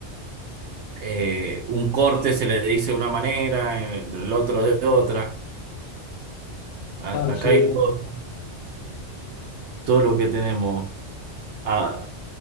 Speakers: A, on the right (about 70°); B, on the left (about 85°).
A: eh, un corte se le dice de una manera, el otro de otra. A-
B: Claro,
A: acá
B: sí,
A: hay
B: de-
A: todo, todo lo que tenemos. Ah,